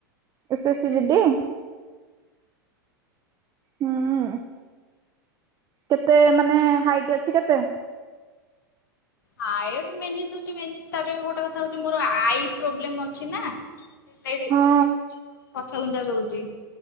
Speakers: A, on the right; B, on the left.
A: S S C GD? ହୁଁ କେତେ ମାନେ ହାଇଟ୍ ଅଛି କେତେ?
B: ହାଇଟ ମେନ ଜିନିଷ ହଉଚି ମେନ ତାପରେ ବି ଗୋଟେ କଥା ହଉଛି ମୋର ଆଇ ପ୍ରୋବ୍ଲେମ ଅଛି ନା। ସେଇଠି
A: ହଁ
B: ପଛ ଘୁଞ୍ଚା ଦଉଚି।